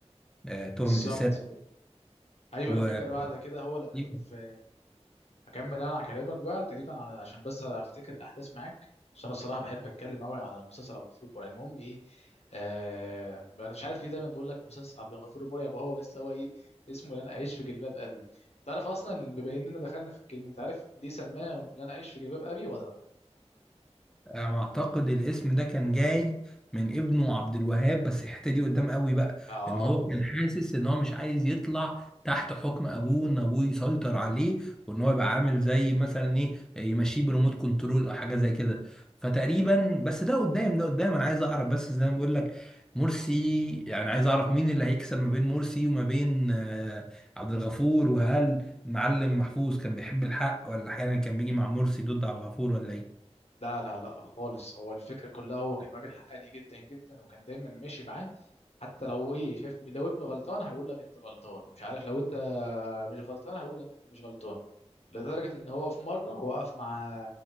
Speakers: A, in the centre; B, on the left.
A: آه، تهمة
B: بالظبط
A: السرقة
B: ايوه انا
A: و...
B: فاكر بعد كده هو لبسه
A: دي
B: في اكمل انا على كلامك بقى تقريبا على عشان بس افتكر الاحداث معاك عشان انا الصراحه بحب اتكلم قوي على المسلسل عبد الغفور البرعي المهم ايه آه انا مش عارف ليه دايما بقول لك مسلسل عبد الغفور البرعي يبقى هو بس هو ايه اسمه لن اعيش في جلباب ابي تعرف اصلا بما اننا دخلنا في الكلمه انت عارف ليه سماه لن اعيش في جلباب ابي ولا لا
A: انا اعتقد الاسم ده كان جاي من ابنه عبد الوهاب بس الحته دي قدام قوي بقى
B: اه
A: ان هو كان حاسس ان هو مش عايز يطلع تحت حكم ابوه ان ابوه يسيطر عليه وان هو يبقى عامل زي مثلا ايه يمشيه بريموت كنترول او حاجه زي كده فتقريبا بس ده قدام ده قدام انا عايز اعرف بس زي ما بقول لك مرسي يعني عايز اعرف مين اللي هيكسب ما بين مرسي وما بين آه، عبد الغفور وهل معلم محفوظ كان بيحب الحق ولا احيانا كان بيجي مع مرسي ضد عبد الغفور ولا ايه
B: لا لا لا خالص هو الفكرة كلها هو كان راجل حقاني جدا جدا وكان دايما ماشي معاه حتى لو ايه شايف لو ابنه غلطان هيقول لك انت غلطان ومش عارف لو انت مش غلطان هيقول لك انت مش غلطان لدرجة ان هو في مرة وقف مع